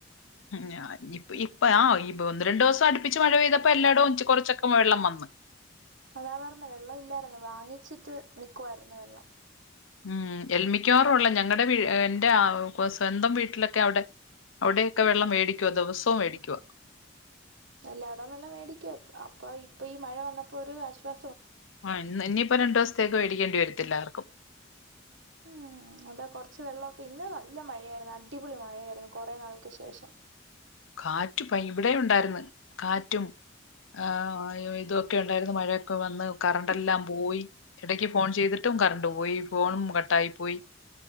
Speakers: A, on the left; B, on the right.
A: ഉം <unintelligible> ഇപ്പഴാ ഇപ്പൊ ഒന്നുരണ്ട് ദിവസം അടുപ്പിച്ച് മഴപെയ്തപ്പോ എല്ലാടോം ച്ച് കൊർചൊക്കെ വെള്ളം വന്ന്
B: അതാ പറഞ്ഞ് വെള്ളം ഇല്ലായർന്ന് വാങ്ങിച്ചിട്ട് നിക്കുവായിരുന്നു വെള്ളം
A: ഉം എൽമിക്കാവാറും ഉള്ള ഞങ്ങളടെ വീ എന്റെ ആ സ്വന്തം വീട്ടിലൊക്കെ അവിടെ അവിടൊയൊക്കെ വെള്ളം മേടിക്കുവ ദിവസവും മേടിക്കുവ
B: എല്ലാടവും വെള്ളം മേടിക്കുവ അപ്പൊ ഇപ്പൊ ഈ മഴ വന്നപ്പോ ഒരു ആശ്വാ
A: ആഹ് ഇന്ന് എനി പ്പൊ രണ്ടു ദിവസത്തേക്ക് വേടിക്കേണ്ടി വരത്തില്ല ആർക്കും
B: ഉം അതാ കൊറച്ച് വെള്ളമൊക്കെ ഇന്ന് നല്ല മഴയായിരുന്നു അടിപൊളി മഴയായിരുന്നു കുറേ നാൾക്ക് ശേഷം
A: കാറ്റ് പ്പ ഇവിടെ ഉണ്ടായർന്ന് കാറ്റും ആ ഇതൊക്കെ ഉണ്ടായിരുന്നു മഴയൊക്കെ വന്ന് കറൻ്റല്ലാം
B: ഇപ്-
A: പോയി ഇടക്ക് ഫോൺ ചെയ്തിട്ടും കറൻ്റ് പോയി ഫോണും കട്ടായി പോയി